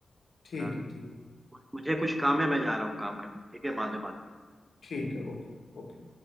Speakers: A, on the left; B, on the right.
A: ठीक
B: हाँ,
A: है ठीक
B: मुझे कुछ काम है मैं जा रहा हूँ काम करने ठीक है बाद में बात करते हैं।
A: ठीक है ओके ओके